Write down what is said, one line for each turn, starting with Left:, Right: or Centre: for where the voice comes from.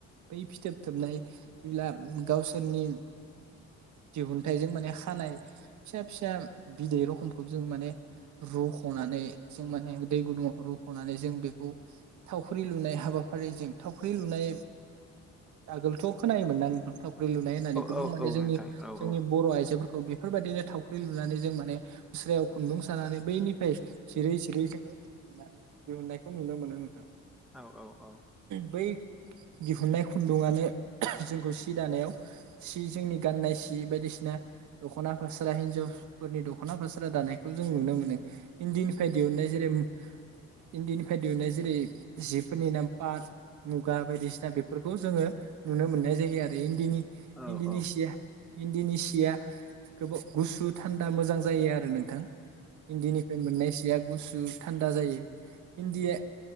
Right: बै फिथोब थोबनाय जेब्ला गावसोरनि दिहुनथाइजों माने माने खानाय फिसा फिसा बिदै रखमखौ जों माने रुख'नानै जों माने दै गुदुंङाव रुख'नानै जों बेखौ थावख्रि लुनाय हाबा फारि जे थावख्रि लुनाय आगोलथ' खोनायोमोन ना नोंथां? थावख्रि लुनाय होननानै गोबां
Centre: औ
Right: माने
Centre: औ
Right: जोंनि
Centre: नोंथां औ
Right: जोंनि
Centre: औ
Right: बर' आयजो बेफोरबायदिनो थावख्रि लुनानै जों माने खुस्रायाव खुन्दुं सानानै बैनिफ्राय जिरै जिरै जोङो होननानै दिहुननायखौ नुनो मोनो नोंथां।
Centre: औ औ औ
Right: बै दिहुनाय खुन्दुंआनो जोंखौ सि दानायाव सि जोंनि गाननाय सि बायदिसिना दख'ना फास्रा हिनजावफोरनि दख'ना फास्रा दानायखौ जों नुनो मोनो। इन्दिफ्राय दिहुनन्नाय जेरै इन्दिनिफ्राय दिहुननाय जेरै जिफोरनि नाम पाट मुगा बायदिसिना बेफोरखौ जोङो नुनो मोननाय जायो आरो इन्दिनि
Centre: औ
Right: इन्दिनि
Centre: औ
Right: सिया इन्दिनि सिया, गोबाव गुसु थान्दा मोजां जायो आरो नोंथां इन्दिनिफ्राय मोननाय सिया गुसु, थान्दा जायो इन्दिया